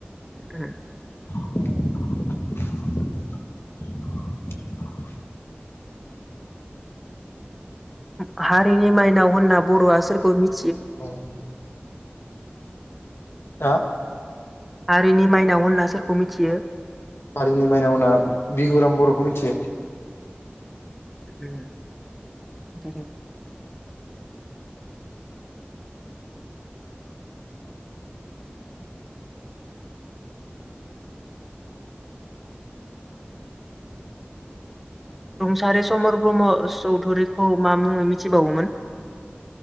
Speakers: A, in the centre; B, on the left.
A: ओम।
B: <inaudible>
A: ओम हारिनि माइनाव होनना बर'आ सोरखौ मि
B: अ'ह‌ हा
A: हारिनि माइनाव होनना सोरखौ मिथियो?
B: हारिनि माइनाव होनना बिहुराम बर'खौ मिथियो।
A: ओम होम। रुंसारि समर ब्रह्म चौधुरिखौ मा मुङै मिथिबावोमोन?